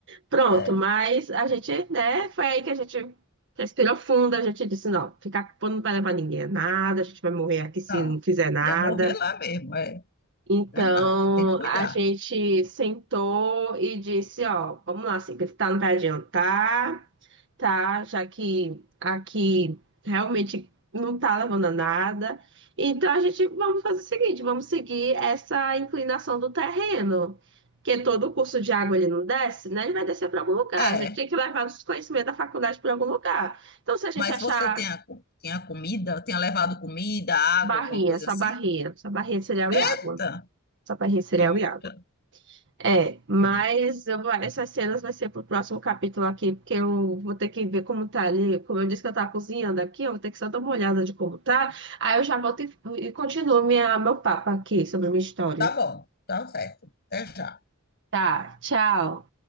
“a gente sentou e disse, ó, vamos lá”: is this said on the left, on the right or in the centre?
Right